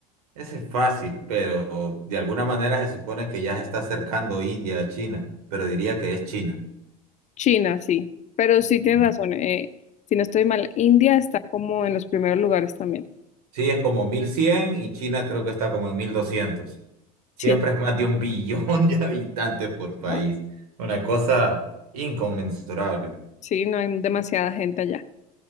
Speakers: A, on the right; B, on the left.
A: Ese es fácil, pero de alguna manera se supone que ya se está acercando India a China, pero diría que es China.
B: China, sí, pero sí tienes
A: Ujú.
B: razón. eh, si no estoy mal, India está como en los primeros lugares también.
A: Sí, es como 1100 y China creo que está como en mil doscientos Siempre
B: Sí,
A: es más de un <laughs> billón de habitantes por país.
B: wow,
A: Una cosa inconmensurable.
B: sí, no hay demasiada gente allá.